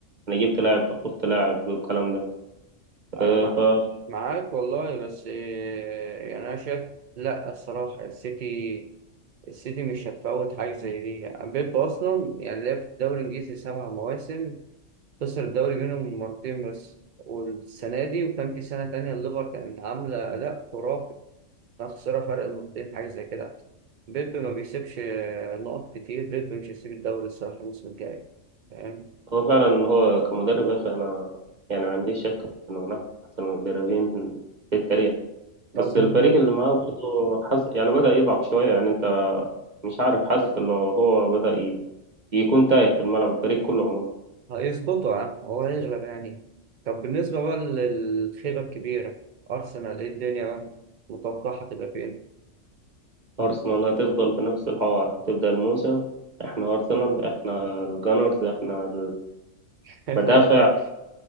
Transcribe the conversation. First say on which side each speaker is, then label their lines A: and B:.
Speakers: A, on the right (about 35°); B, on the right (about 80°).
A: أنا جبت لاعب خطفت لاعب والكلام ده
B: انا
A: آه،
B: مع...
A: فهو
B: معاك والله بس إيه، يعني انا شايف لا الصراحه السيتي السيتي مش هتفوت حاجه زي دي بيب اصلا يعني لعب في الدوري الانجليزي سبع مواسم خسر الدوري منهم مرتين بس والسنه دي وكان في سنه تانية الليفر كانت عامله اداء خرافي كان خسرها فرق نقطتين حاجه زي كده بيب ما بيسيبش آه، نقط كتير بيب مش هيسيب الدوري الصراحه الموسم الجاي فاهم
A: فعلا هو كمدرب يا أخي أنا يعني ما عنديش شك إنه من أحسن المدربين في التاريخ
B: طب
A: بس
B: بن-
A: الفريق اللي معاه برضه حز... يعني بدأ يضعف شوية يعني أنت مش عارف حاسس إنه هو بدأ ي... يكون تايه في الملعب الفريق كله عموما
B: هيظبطوا يا عم هو هيغلب يعني طب بالنسبة بقى للخيبة الكبيرة أرسنال إيه الدنيا بقى متوقعة تبقى فين؟
A: أرسنال هتفضل في نفس الحوار هتبدأ الموسم احنا أرسنال احنا الجانرز احنا
B: <laughs>
A: المدافع